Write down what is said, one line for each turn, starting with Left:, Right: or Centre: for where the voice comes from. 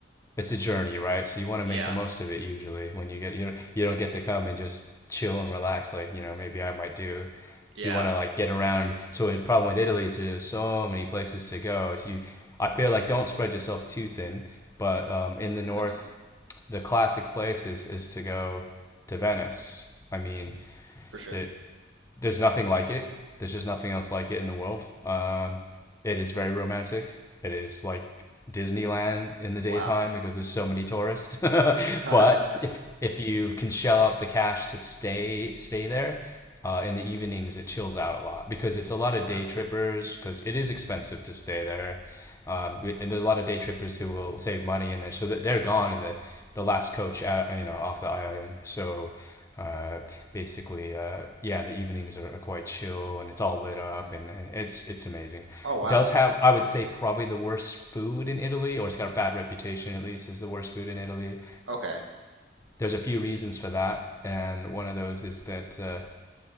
Left: it's a journey, right? So you want to
Right: Yeah,
Left: make the most of it usually when you get you know you don't get to come and just chill and relax like, you know, maybe I might do.
Right: yeah.
Left: So you want to like get around. So the problem with Italy is there's so many places to go. So you I feel like don't spread yourself too thin, but um in the north,
Right: hmm
Left: the classic place is is to go to Venice. I mean,
Right: for sure.
Left: the there's nothing like it. There's just nothing else like it in the world. Um, it is very romantic. It is like Disneyland in the daytime
Right: Wow.
Left: because there's so many tourists. <laughs> but
Right: <laughs>
Left: if if you can shell out the cash to stay stay there, uh, in the evenings it chills out a lot because it's a lot of
Right: Okay.
Left: day trippers because it is expensive to stay there. Um, and there's a lot of day trippers who will save money and then so they're gone in the the last coach at, you know off the island. So uh, basically, uh, yeah, the evenings are, are quite chill and it's all lit up
Right: Mhm.
Left: and, and it's it's amazing. It
Right: Oh wow.
Left: Does have I would say probably the worst food in Italy, or it's got a bad reputation at least as the worst food in Italy.
Right: Okay.
Left: There's a few reasons for that, and one of those is that. Uh,